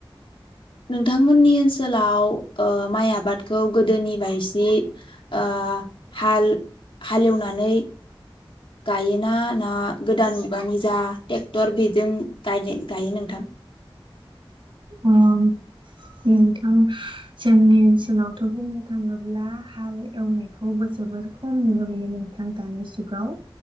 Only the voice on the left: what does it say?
नोंथांमोननि ओनसोलाव ओ माइ आबादखौ गोदोनि बाय सि ओ हाल हालेवनानै गायोना ना गोदान मुगानि जा टेक्टर बेजों गायनाय गायो नोंथां